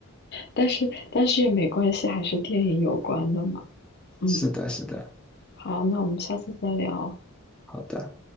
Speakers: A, on the left (about 50°); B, in the centre.
A: 但是但是也没关系，还是电影有关的嘛。
B: <laughs>
A: 嗯，
B: 是的，是的，
A: 好，那我们下次再聊。
B: 好的。